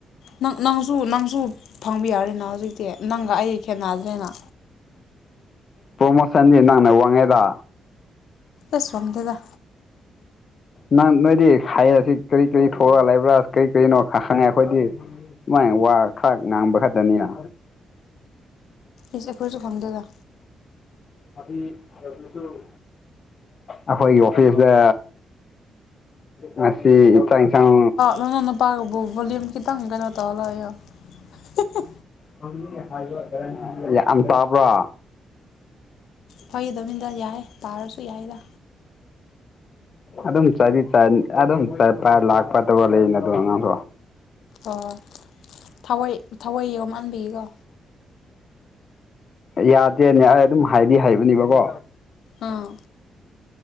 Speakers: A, on the left; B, on the left.
A: ꯅꯪ ꯅꯪꯁꯨ ꯅꯪꯁꯨ ꯐꯪꯕ ꯌꯥꯔꯦꯅꯥ ꯍꯧꯖꯤꯛꯇꯤ ꯅꯪꯒ ꯑꯩ ꯈꯦꯠꯅꯗ꯭ꯔꯦꯅ
B: ꯄ꯭ꯔꯃꯣꯁꯟꯗꯤ ꯅꯪꯅ ꯋꯥꯡꯉꯦꯗꯥ
A: ꯑꯁ ꯋꯥꯡꯗꯦꯗ
B: ꯅꯪ ꯅꯣꯏꯗꯤ ꯈꯏꯌꯥꯁꯦ ꯀꯔꯤ ꯀꯔꯤ ꯊꯣꯛꯑ ꯂꯩꯕ꯭ꯔꯥ ꯀꯔꯤ ꯀꯔꯤꯅꯣ ꯈꯪꯉꯦ ꯑꯩꯈꯣꯏꯗꯤ ꯁꯨꯃꯥꯏꯅ ꯋꯥ ꯈꯔ ꯉꯥꯡꯕ ꯈꯛꯇꯅꯤꯅ
A: ꯏꯁ ꯑꯩꯈꯣꯏꯁꯨ ꯐꯪꯗꯦꯗ
B: <unintelligible> ꯑꯩꯈꯣꯏꯒꯤ ꯑꯣꯐꯤꯁꯇ ꯉꯁꯤ ꯆꯥꯛ ꯏꯟꯁꯥꯡ
A: ꯃꯃꯥ ꯃꯄꯥꯕꯨꯡ ꯕꯣꯂꯤꯝ ꯈꯤꯇꯪ ꯀꯤꯅꯣ ꯇꯧꯔꯂꯣꯢ ꯌꯣ ꯍꯤꯍꯤ
B: <unintelligible> ꯌꯥꯝ ꯇꯥꯕ꯭ꯔꯥ
A: ꯐꯒꯤ ꯇꯧꯅꯤꯗ ꯌꯥꯏ ꯇꯥꯔꯁꯨ ꯌꯥꯏꯗ
B: ꯑꯗꯨꯝ ꯆꯥꯢꯗꯤ ꯆꯥꯢꯔꯤ ꯑꯗꯨꯝ ꯆꯠꯄ ꯂꯥꯛꯄ ꯇꯧꯔ ꯂꯩꯕ ꯅꯥꯠꯇꯔꯣ ꯑꯉꯥꯡꯗꯣ
A: ꯑꯣ ꯊꯋꯩ ꯊꯋꯩ ꯌꯥꯎꯃꯟꯕꯒꯤꯀꯣ
B: ꯌꯥꯗꯦꯅꯦ ꯑꯩ ꯑꯗꯨꯝ ꯍꯥꯏꯗꯤ ꯍꯥꯏꯕꯅꯤꯕꯀꯣ
A: ꯑꯥ